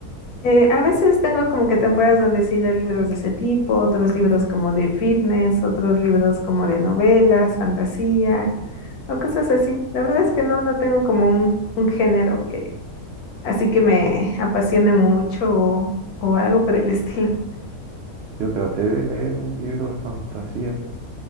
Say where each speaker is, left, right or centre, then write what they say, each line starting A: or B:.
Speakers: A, on the left (about 75°); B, on the right (about 85°).
A: Eh, a veces tengo como que temporadas donde sí leo libros de ese tipo, otros libros como de fitness, otros libros como de novelas, fantasía o cosas así. La verdad es que no, no tengo como un, un género que así que me apasione mucho o, o algo por el estilo.
B: Yo traté de leer un libro de fantasía,